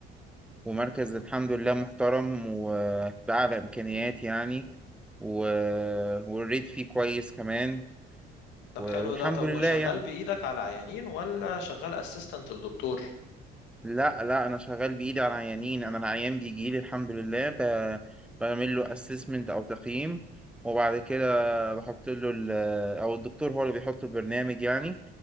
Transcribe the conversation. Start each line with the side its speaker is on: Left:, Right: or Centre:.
Centre: ومركز الحمد لله محترم وبأعلى إمكانيات يعني و... والريت فيه كويس كمان
Left: طب
Centre: و... والحمد
Left: حلو ده طب
Centre: لله
Left: وشغال
Centre: يعني
Left: بايدك على عيانين ولا شغال اسيستنت للدكتور
Centre: لا لا أنا شغال بإيدي على العيانين أنا العيان بيجي لي الحمد لله ب... بعمل له أسسمنت أو تقييم وبعد كده بحط له ال... أو الدكتور هو اللي بيحط البرنامج يعني